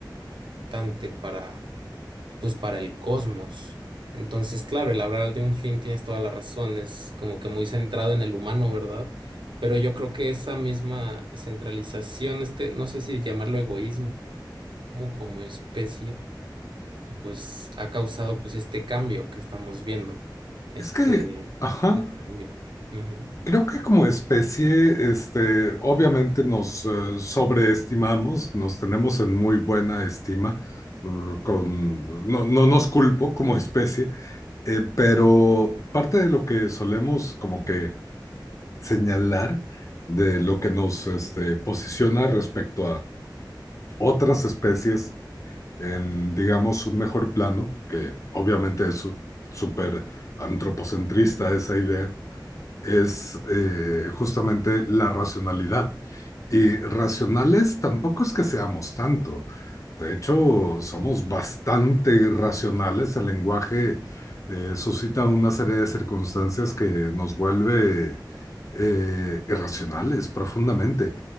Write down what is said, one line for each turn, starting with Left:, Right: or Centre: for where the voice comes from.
Right: importante para, pues, para el cosmos. Entonces, claro, el hablar de un fin tienes toda la razón, es como que muy centrado en el humano, ¿verdad? Pero yo creo que esa misma centralización, este, no sé si llamarlo egoísmo como especie, pues ha causado pues este cambio que estamos viendo, este,
Left: Es que, ajá.
Right: este cambio. Ujú.
Left: Creo que como especie, este, obviamente nos eh, sobreestimamos, nos tenemos en muy buena estima, eh, con, no, no nos culpo como especie, eh, pero parte de lo que solemos como que señalar de lo que nos este, posiciona respecto a otras especies en, digamos, un mejor plano, que obviamente es su- súper antropocentrista esa idea es eh, justamente la racionalidad. Y racionales tampoco es que seamos tanto. De hecho, somos bastante irracionales. El lenguaje eh, suscita una serie de circunstancias que nos vuelve eh, irracionales profundamente.